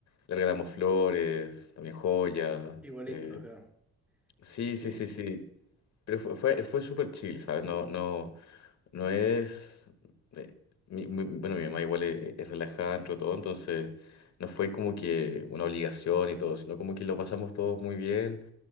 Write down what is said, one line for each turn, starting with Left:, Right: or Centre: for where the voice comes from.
Left: Le regalamos flores, también joyas.
Centre: Igualito,
Left: eh,
Centre: ajá.
Left: sí,
Centre: Sí.
Left: sí, sí, sí. Pero fue, fue, fue súper chill, ¿sabes? No, no, no es. eh, mi- mi- bueno, mi mamá igual es, es relajada dentro de todo, entonces no fue como que una obligación y todo, sino como que lo pasamos todos muy bien.